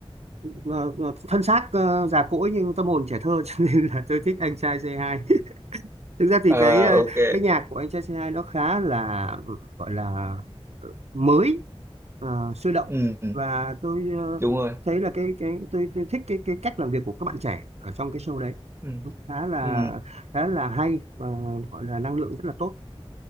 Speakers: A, on the right (about 85°); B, on the right (about 25°).
A: ờ, ờ, thân xác ờ, già cỗi nhưng tâm hồn trẻ thơ <laughs> cho nên là tôi thích anh trai C2 thực ra thì
B: Ờ,
A: cái ờ,
B: ok
A: cái nhạc của anh trai C2 nó khá là ừ, gọi là ừ, mới ờ, sôi động
B: ừ
A: và tôi ờ,
B: đúng rồi
A: thấy là cái cái tôi, tôi thích cái cái cách làm việc của các bạn trẻ ở trong cái show đấy
B: ừ.
A: Nó khá là
B: Ừ.
A: khá là hay và gọi là năng lượng rất là tốt